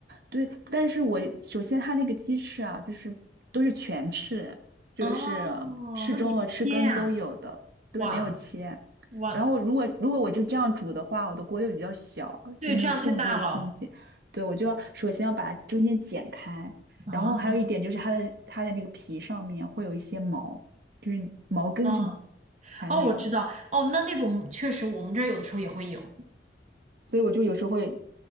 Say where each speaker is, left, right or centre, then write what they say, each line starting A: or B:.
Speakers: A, on the right; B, on the right.
A: 对，但是我首先它那个鸡翅啊，就是都是全翅，就是翅中和翅根都有的，
B: 哦，那得切呀、
A: 对，
B: 哇
A: 没有切。
B: 哇，
A: 然后如果如果我就这样煮的话，我的锅又比较小，
B: 对，
A: 就没有更多的空间。
B: 这样太大了
A: 对，我就要首先要把中间剪开，
B: 啊！
A: 然后还有一点就是它的它的那个皮上面会有一些毛，就是毛根什么
B: 哦
A: 残留。
B: 哦，我知道哦，那那种确实我们这儿有的时候也会有。
A: 所以我就有时候会，